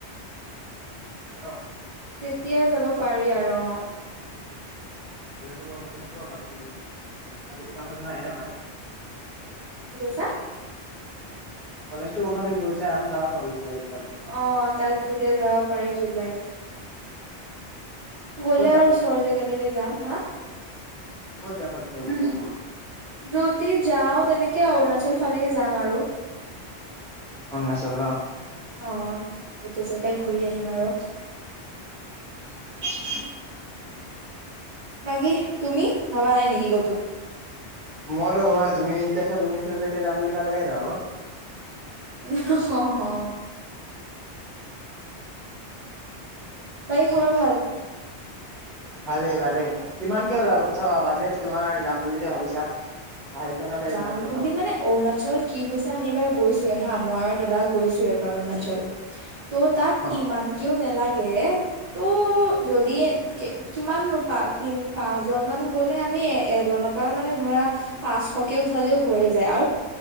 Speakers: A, in the centre; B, on the right.
A: হেল্ল'।
B: তেতিয়াই যাব পাৰি আৰু।
A: কলেজো বন্ধ থাকিব বাকী বাকী দুটামান নাই অহা।
B: কি কৈছা।
A: কলেজটো বন্ধ থাকিব চাইমাৰ যাবা প।
B: অ তাত তেতিয়া যাব পাৰি জুলাইত। গ'লে
A: ক'ত যাম
B: আৰু ওচৰৰ জেগাগে যাম। হা।
A: ক'ত জাব বিচাৰি ছে।
B: যদি যাওঁ তেনেকে অৰুণাচল ফালে যাম আৰু্
A: অৰুণাচল ন।
B: অ' সেইটো জেগাই ঘূৰি আহিম আৰু।
A: উ <unintelligible>
B: বাকী তুমি ভাবা নাই নেকি ক'তো।
A: মইো হ'ব নাই তুমি যেতিয়াছা তুমি তেতিয়া যাম বুলি ক লাগে মত।
B: হু হু হু। বাৰী খবৰ ভাল।
A: ভালেই ভালেই কিমানকে ওলাব উঠাবা বাজেট তোমাৰ যাম বুলি ভাবিছা। ভাবিছা ন চাগে
B: যাম
A: কিমানকে উঠাও?
B: বুলি মানে অৰুণাচল কি হৈছে আমি এইবাৰ গৈছোয়ে। হা মই আৰু দাদা গৈছো এবাৰ অৰুণাচল। ত' তাত
A: অ
B: ইমান কেও নালাগে। ত' যদি কিমানোপা তিন পাঁচজন মান গ'লে আমি এ এজনৰ পৰা মানে ধৰা। পাঁচশকে উঠালেও হৈয়ে যায় আৰু